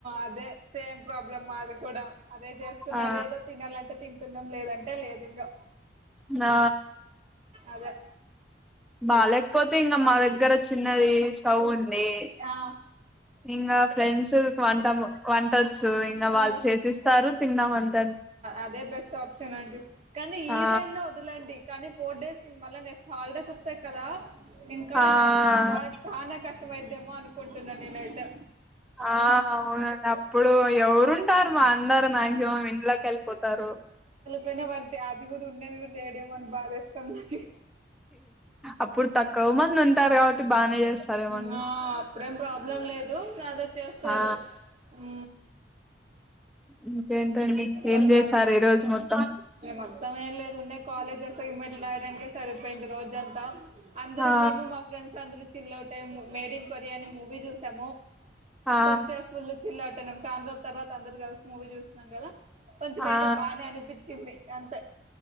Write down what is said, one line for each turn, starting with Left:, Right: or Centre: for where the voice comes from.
Right: అదే సేమ్ ప్రాబ్లం మాది కూడా అదే చేస్తున్నారు
Centre: ఆ
Right: ఏదో తినాలంటే తింటు అన్నం లేదంటే లేదు ఇంగా
Centre: నా
Right: అదే
Centre: బాలేకపోతే ఇంగ మా దగ్గర చిన్నది స్టవ్ ఉం ది
Right: ఆ
Centre: ఇంకా ఫ్రెండ్స్ సు వంటము వంటొచ్చు ఇంగ
Right: ఆ
Centre: వాళ్ళు చేసిస్తారు తిన్నమంద్
Right: అదే బెస్ట్ ఆప్షన్ అండి కానీ ఈదైనా
Centre: ఆ
Right: వదలండి కానీ ఫోర్ డేస్ మల్ల నెస్ట్ హాలిడేస్ ఓస్ వస్థాయి కదా ఇంకా
Centre: ఆ
Right: నా చనా కష్టమైద్దేమో అను కుంటున్న నీనైతే
Centre: ఆ అవునండి అప్పుడు ఎవరుంటారూ మా అందరు మాక్సిమం ఇంట్ల కెళ్ళిపోతారు
Right: పైన పడితే అది కూడా ఉన్నది చేడి అని బాధస్తుంది
Centre: అప్పుడు తక్కువ మంది ఉంటారు కాబట్టి బానే చేస్తారేమోండి
Right: నా ఆ అప్పుడే ప్రాబ్లెం లేదు నద చేస్తారు
Centre: ఆ
Right: ఉ
Centre: ఇంకేంటండి
Right: చెప్పాలి
Centre: ఏం చేసారు ఈ రోజు మొత్తం
Right: మొత్తం ఏం లేదు ఉండే కాలేజ్సమ్మెలు రాయడానికే సరిపోయింది రోజ అంతా అందరూ
Centre: ఆ
Right: మేము మా ఫ్రెండ్స్ అందరు చికితేము మేడ్ ఇన్ కొరియా అని మూవీ చూసాము
Centre: ఆ
Right: కొంచెం ఫుల్ చిల్లౌట్ ఆయనం చాలా రోజుల తర్వాత అదరు కలిసి మూవీ చూ మంగళ కొంచెం
Centre: ఆ
Right: ఏదో బానే అనిపించింది అంతే